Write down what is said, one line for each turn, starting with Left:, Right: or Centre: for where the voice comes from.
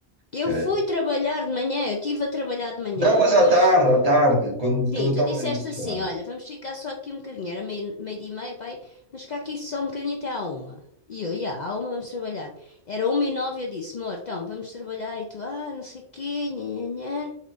Left: Eu
Right: que era...
Left: fui trabalhar de manhã, eu estive a trabalhar de manhã.
Right: Não, mas
Left: Depois,
Right: à tarde, à tarde, quando,
Left: sim,
Right: quando eu
Left: tu
Right: estava
Left: disseste
Right: ali no sofá.
Left: assim: olha, vamos ficar só aqui um bocadinho. Era meio, meio dia e meia, pai, vamos ficar aqui só um bocadinho até à uma. E eu, ia, à uma vamos trabalhar. Era uma e nove, eu disse: amor, então vamos trabalhar. E tu, ah, não sei o quê, nhanhã.